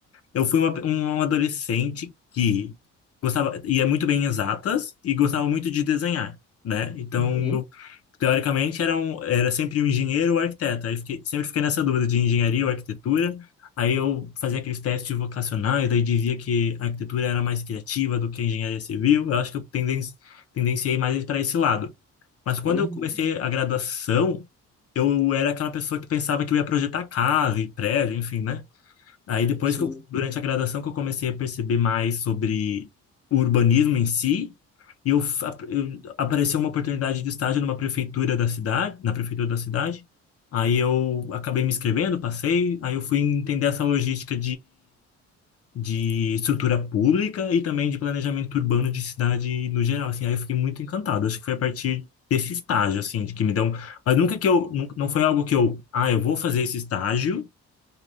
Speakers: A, on the left (about 50°); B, in the centre.
A: eu fui uma, um adolescente que gostava, ia muito bem em exatas e gostava muito de desenhar, né? Então,
B: Uhum.
A: eu, teoricamente, era, um, era sempre um engenheiro ou arquiteto. Aí fiquei, sempre fiquei nessa dúvida de engenharia ou arquitetura. Aí eu fazia aqueles testes vocacionais, daí dizia que a arquitetura era mais criativa do que a engenharia civil. Eu acho que eu tenden, tendenciei mais para esse lado. Mas quando
B: Uhum.
A: eu comecei a graduação, eu era aquela pessoa que pensava que eu ia projetar casa e prédio, enfim, né? Aí depois
B: Sim.
A: que eu, durante a graduação que eu comecei a perceber mais sobre o urbanismo em si, e eu, fa- eu- apareceu uma oportunidade de estágio numa prefeitura da cidade, na prefeitura da cidade. Aí eu acabei me inscrevendo, passei, aí eu fui entender essa logística de estrutura pública e também de planejamento urbano de cidade no geral, assim. Aí eu fiquei muito encantado. Acho que foi a partir desse estágio, assim, de que me deu... um- Mas nunca que eu... nun- Não foi algo que eu... Ah, eu vou fazer esse estágio